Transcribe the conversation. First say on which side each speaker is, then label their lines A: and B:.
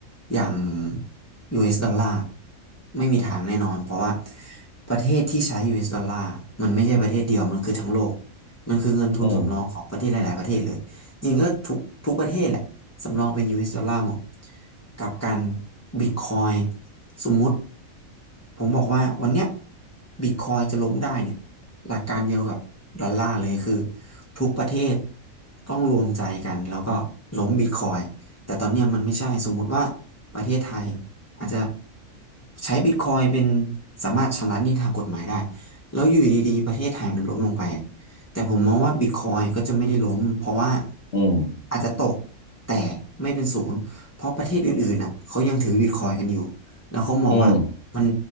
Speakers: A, on the left; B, on the left.
A: อย่าง US ดอลลาร์ไม่มีทางแน่นอนเพราะว่าประเทศที่ใช้ US ดอลลาร์มันไม่ใช่ประเทศเดียวมันคือทั้งโลกมันคือเงินทุนสำรองของประเทศหลายๆประเทศเลยจริงก็ทุกทุกประเทศแหละสำรองเป็น
B: อืม
A: US ดอลลาร์หมดกับการบิตคอย สมมุติผมบอกว่าวันเนี้ยบิตคอยจะล้มได้เนี่ยหลักการเดียวกับดอลลาร์เลยคือทุกประเทศต้องรวมใจกันแล้วก็ล้มบิตคอยแต่ตอนเนี้ยมันไม่ใช่สมมุติว่าประเทศไทยอาจจะใช้บิตคอยเป็นสามารถชำระหนี้ทางกฎหมายได้แล้วอยู่ดีๆประเทศไทยมันล้มลงไปแต่ผมมองว่าบิตคอยก็จะไม่ได้ล้มเพราะว่า
B: อืม
A: อาจจะตกแต่ไม่เป็นศูนย์เพราะประเทศอื่นๆน่ะเขายังถือบิตคอยกันอยู่ แล้วเขามองว่ามัน
B: อืม